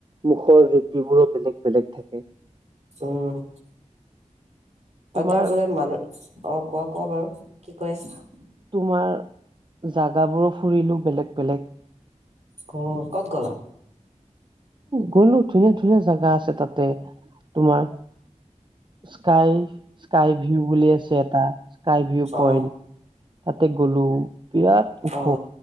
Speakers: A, on the right (about 35°); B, on the right (about 60°).
A: মুখৰ জুতিবোৰো বেলেগ বেলেগ থাকে
B: উম,
A: তোমাৰ
B: আৰু তাৰোপৰা মানুহ অ, কোৱা কোৱা বাৰু, কি কৈ আছা
A: তোমাৰ জাগাবোৰো ফুৰিলো বেলেগ বেলেগ
B: অ', ক'ত গলা?
A: গ'লো, ধুনীয়া ধুনীয়া জাগা আছে তাতে, তোমাৰ স্কাই, স্কাই ভিউ বুলি আছে এটা, স্কাই ভিউ পইণ্ট
B: অ
A: তাতে গ'লো, বিৰাট ওখ!
B: অ